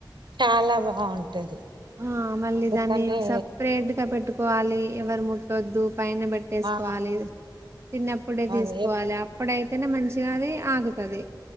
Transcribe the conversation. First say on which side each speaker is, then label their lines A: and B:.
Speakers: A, on the right; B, on the right.
A: చాలా బాగుంటది
B: ఆ మళ్ళీ
A: అందుకనే
B: దాన్ని సపరేట్ గా పెట్టుకోవాలి ఎవరు ము కద్దు పైన పెట్టేసుకోవాలి
A: ఆ
B: తిన్నప్పుడే తీసుకోవాలి
A: అదే
B: అప్పుడై మంచిిగాదే ఆగుతది